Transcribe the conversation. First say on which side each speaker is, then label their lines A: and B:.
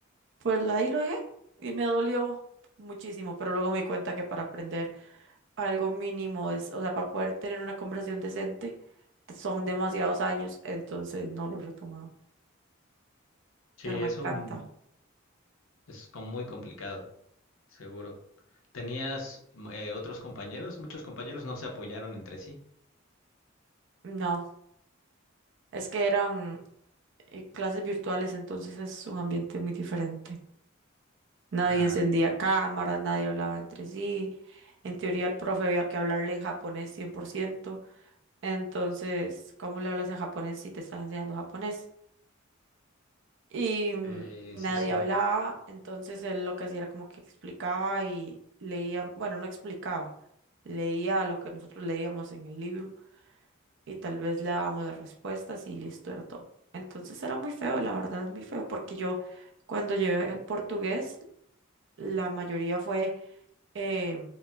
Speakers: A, on the right; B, on the left.
A: pues ahí lo dejé y me dolió muchísimo, pero luego me di cuenta que para aprender algo mínimo es, o sea, para poder tener una conversación decente, son demasiados años, entonces no lo he retomado,
B: Sí,
A: pero me
B: es
A: encanta.
B: un, es como muy complicado. Seguro. ¿Tenías mm, eh, otros compañeros? Muchos compañeros no se apoyaron entre sí.
A: No, es que eran eh, clases virtuales, entonces es un ambiente muy diferente. Nadie
B: Ah,
A: encendía cámaras, nadie hablaba entre sí. En teoría, el profe había que hablarle en japonés cien por ciento Entonces, ¿cómo le hablas en japonés si te están enseñando japonés? Y mm,
B: sí,
A: nadie
B: sí, sí.
A: hablaba, entonces él lo que hacía era como que explicaba y leía, bueno, no explicaba, leía lo que nosotros leíamos en el libro y tal vez le dábamos las respuestas y listo, era todo. Entonces era muy feo, la verdad, muy feo, porque yo cuando llevé portugués, la mayoría fue eh,